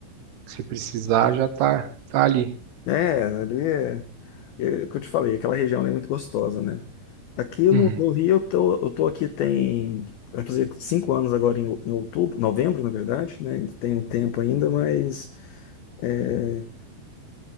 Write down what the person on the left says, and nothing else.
É, ali é, é o que eu te falei, aquela região ali é muito gostosa, né? Aqui
no, no Rio, eu tô, eu tô aqui tem, vai fazer cinco anos agora em, o- em outubro, novembro, na verdade, né? Ainda Tem um tempo ainda, mas é,